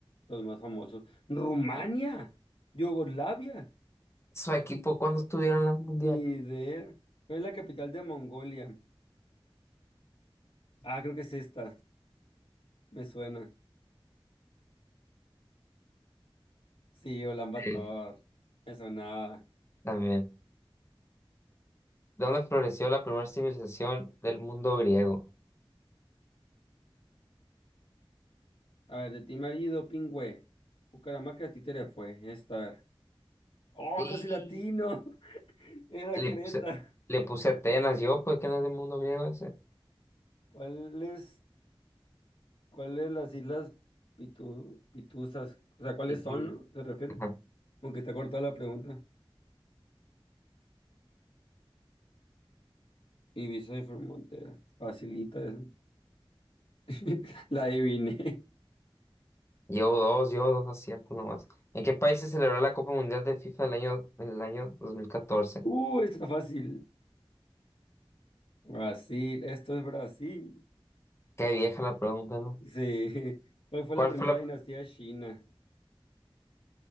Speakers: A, on the left; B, on the left.
A: los más famosos. Rumania, Yugoslavia,
B: ¿Su equipo cuándo estuvieron en el mundial?
A: ni idea. ¿Cuál es la capital de Mongolia? Ah, creo que es esta. Me suena. Sí, Ulan Bator.
B: Sí,
A: Me sonaba.
B: también. ¿Dónde floreció la primera civilización del mundo griego?
A: A ver, de ti marido, pingüe. Bucaramanga, títere fue. Esta, a ver. ¡Oh,
B: Y
A: casi latino! <laughs> Era
B: le
A: Creta.
B: puse, le puse Atenas, yo, pues que no es del mundo griego ese.
A: ¿Cuáles, cuáles las islas Pitu- Pituzas? O sea, ¿cuáles
B: Y-
A: son,
B: y-
A: no? ¿Se refiere?
B: ajá.
A: Como que está cortada la pregunta. Ibiza y Formentera. Facilita eso. <laughs> La adiviné.
B: Llevo dos, llevo dos aciertos nomás. ¿En qué país se celebró la Copa Mundial de FIFA el año, el año 2014?
A: Uh, esto está fácil. Brasil, esto es Brasil.
B: Qué vieja la pregunta, ¿no?
A: Sí. <laughs> ¿Cuál fue
B: ¿Cuál
A: la primera
B: fue la...
A: dinastía de China?